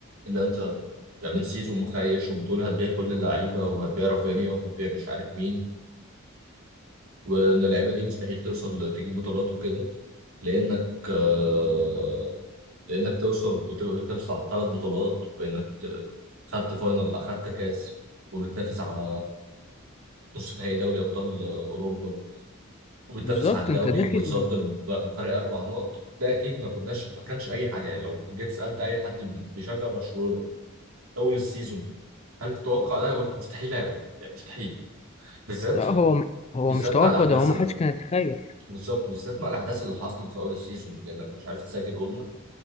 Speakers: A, on the right (about 75°); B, on the left (about 30°).
A: ان انت يعني من سيزون مخيش وبتقول هتبيع كل اللعيبة وهتبيع رافينيا وهتبيع مش عارف مين وان اللعيبة دي مستحيل توصل تجيب بطولات وكده لانك آه، لانك توصل وتبقى بتنافس على ثلاث بطولات بانك ت- خدت فاينل اخدت كاس وبتنافس على نص نهائي دوري ابطال اوروبا وبتنافس
B: بالظبط
A: على الدوري
B: انت داخل
A: ومتصدر ب- بفرق اربع نقط ده اكيد ما كناش ما كانش اي حد يعني لو جيت سالت اي حد بيشجع برشلونه اول السيزون هل تتوقع ده هيقول مستحيل هيقول يعني مستحيل بالذات
B: لا هو هو
A: بالذات
B: مش توقع
A: مع الاحداث
B: ده هو ما
A: اللي
B: حدش كان يتخيل
A: بالظبط بالذات مع الاحداث اللي حصلت في اول السيزون لانك مش عارف تسجل